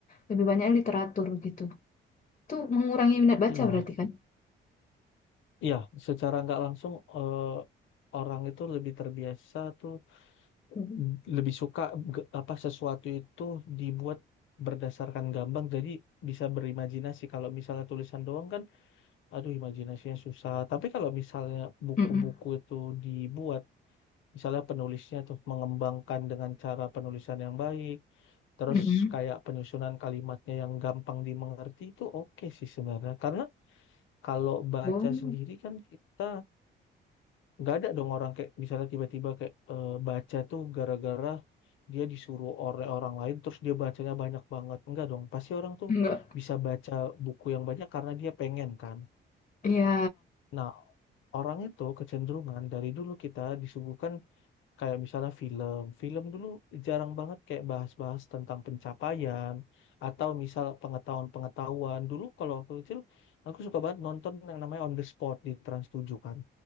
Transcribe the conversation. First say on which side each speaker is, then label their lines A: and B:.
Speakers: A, on the left; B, on the left.
A: Lebih banyak literatur gitu. Itu mengurangi minat baca
B: Iya.
A: berarti kan?
B: Iya, secara nggak langsung eh, orang itu lebih terbiasa tuh
A: Mhm.
B: mm, lebih suka ge- apa sesuatu itu dibuat berdasarkan gambar jadi bisa berimajinasi. Kalau misalnya tulisan doang kan, aduh imajinasinya susah. Tapi kalau misalnya buku-buku
A: Mm-mm.
B: itu dibuat, misalnya penulisnya tuh mengembangkan dengan cara penulisan yang baik, terus
A: Mm-mm.
B: kayak penyusunan kalimatnya yang gampang dimengerti itu oke sih sebenarnya. Karena kalau baca
A: Oh.
B: sendiri kan kita nggak ada dong orang kayak misalnya tiba-tiba kayak eh, baca tuh gara-gara dia disuruh oleh orang lain terus dia bacanya banyak banget enggak dong pasti orang tuh
A: Enggak.
B: bisa baca buku yang banyak karena dia pengen kan
A: Iya.
B: nah orang itu kecenderungan dari dulu kita disuguhkan Kayak misalnya film, film dulu jarang banget kayak bahas-bahas tentang pencapaian atau misal pengetahuan-pengetahuan. Dulu kalau aku kecil, aku suka banget nonton yang namanya On the Spot di Trans 7 kan.